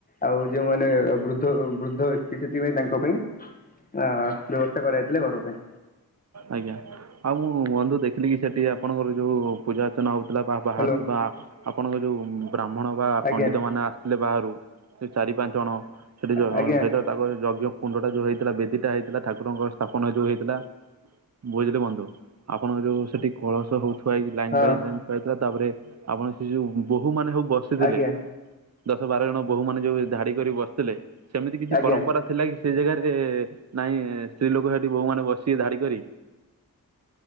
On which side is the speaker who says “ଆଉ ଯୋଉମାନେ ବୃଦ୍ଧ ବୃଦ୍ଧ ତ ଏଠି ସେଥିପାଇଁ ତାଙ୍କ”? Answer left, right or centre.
Left